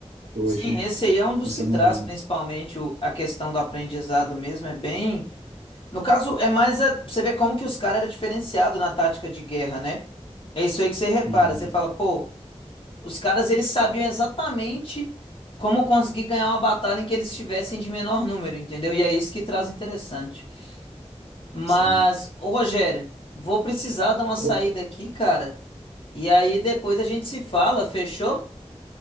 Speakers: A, on the right (about 70°); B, on the left (about 50°).
A: que hoje
B: Sim, esse aí é um dos
A: você
B: que
A: não
B: traz
A: vê muito.
B: principalmente o- a questão do aprendizado mesmo, é bem. No caso, é mais a, pra você ver como que os caras eram diferenciados na tática de guerra, né? É isso aí que você repara,
A: Uhum,
B: você fala, pô, os caras eles sabiam exatamente como conseguir ganhar uma batalha em que eles estivessem de menor número, entendeu? E é isso que traz interessante. Mas,
A: sim.
B: ô Rogério, vou precisar dar uma
A: Ô,
B: saída aqui, cara. E aí depois a gente se fala, fechou?